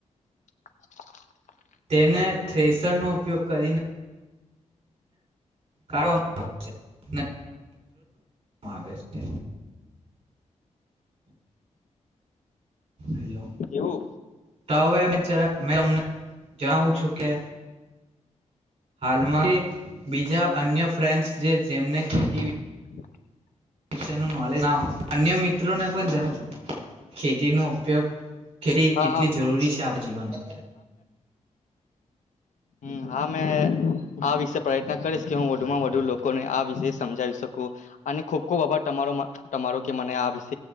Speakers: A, on the left; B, on the right.
A: <inaudible>
B: તેને થ્રેસરનોો ઉપયોગ કરીને કાવામાં આવે છે હેલો
A: એવું
B: તો હવે મે અમને જણાવું છું કે હાલમાં બીજા અન્ય ફ્રેન્ડ્સ જેમને ખતી
A: <inaudible>
B: વિષયનું નોલેજ ના અન્ય મિત મિત્રો ને પણ જાણ છો છે ખેતીનોો ઉપયોગ ખેતી
A: હા
B: કેટલી
A: હા
B: જરૂરી છે આપણા જીવન ઉપ
A: હ હા મે આ વિષ પ્રયત્ન કરીશ કે હું વધુમાં વધુ લોકોને આ વિશે સમજાવી શકું અને ખુબ ખૂબ આભાર તમારો તમારો કે મને આ વિષ